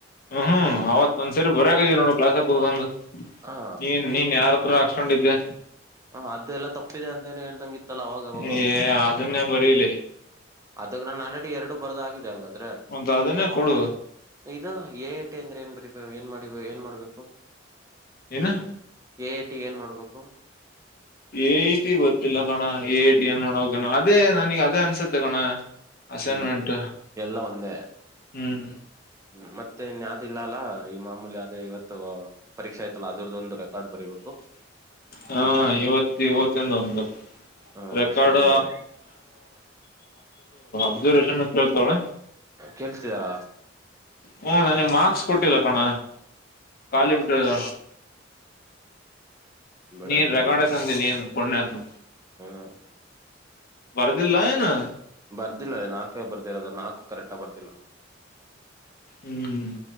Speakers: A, on the left; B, on the right.
A: ಹ್ಮ್ ಹ್ಮ್ ಅವತ್ ಒಂದ್ ಸರಿ ಬರಕಿದ್ವಿ ನೋಡು ಕ್ಲಾಸ್ಗ್ ಕುತ್ಕೊಂದ.
B: ಹ
A: ನೀನ್ ನೀನ್ ಯಾರ ಪುರ ಹಾಕ್ಸ್ ಕಂಡಿದ್ವಿ.
B: ಹ ಅದೆ ಎಲ್ಲಾ ತಪ್ಪಿದೆ ಅಂತ ಏನೋ ಹೇಳ್ದಂಗಿತ್ತಲ್ಲ ಅವಾಗ್ ಯಾವಾಗೊ
A: ಏ ಅದನ್ನೇ ಬರೀಲಿ
B: ಅದ್ರಗ್ ನಾನೆ ಎರಡು ಬರದಾಗಿದೆ ಅಂಗ ದ್ರ
A: ಮತ್ ಅದನ್ನೇ ಕೊಡು
B: ಏ ಇದು ಎ ಐ ಟಿ ಅಂದ್ರೆ ಏನ್ ಬರೀ ಏನ್ ಮಾಡಿ ಏನ್ ಮಾಡ್ಬೇಕು.
A: ಏನು
B: ಎ ಎ ಟಿ ಗ್ ಏನ್ ಮಾಡ್ಬೇಕು?
A: ಏ ಐ ಟಿ ಗೊತ್ತಿಲ್ಲ ಕಣ್ ಹ ಏ ಟಿ ಏನ್ ಮಾಡಬೇಕಣ ಅದೇ ನನಗೆ ಅದೇ ಅನ್ಸತ್ತೆ ಕಣ. ಅಸೈನ್ಮೆಂಟ್
B: ಹ್ಮ್ ಎಲ್ಲಾ ಒಂದೆ
A: ಹ್ಮ್
B: ಹ್ಮ ಮತ್ತೆ ಇನ್ಯಾವ್ದ ಇಲ್ಲ ಅಲ್ಲ ಈ ಮಾಮೂಲಿ ಅದೇ ಇವತ್ತು ಪರೀಕ್ಷಾ ಆಯತಲ್ಲ ಅದರದ್ದೊಂದು ರೆಕಾರ್ಡ್ ಬರಿಬೇಕು
A: ಹಾ ಇವತ್ ಇವತ್ತಿಂದ ಒಂದು
B: ಹ್ಮ
A: ರೆಕಾರ್ಡ್
B: ಅಷ್ಟೇ ಇನ್ನೇನೆ
A: ರಿಸರ್ವೇಷನ್ನು ಕೇಳ್ತಾವ್ಳೆ.
B: ಕೇಳ್ಸ್ತಿದಾರ?
A: ಹ್ಮ ನನಿಗ್ ಮಾರ್ಕ್ಸ್ ಕೊಟ್ಟಿಲ್ಲ ಕಣ. ಖಾಲಿ
B: ಆ
A: ಬಿಟ್ಟದ
B: ಬಿಡು
A: ನೀನ್
B: ನೋಡೋಣ
A: ರೆಕಾರ್ಡೆ ತಂದಿಲ್ ನೀನು. ಪುಣ್ಯಾತ್ಮ
B: ಹ್ಮ್
A: ಬರ್ದಿಲ್ಲ ಏನೋ
B: ಬರ್ದಿಲ್ಲ ನಾಲ್ಕೇ ಬರ್ದಿರೋದು ನಾಲ್ಕು ಕರೆಕ್ಟ ಬರ್ದಿಲ್ಲ
A: ಹ್ಮ್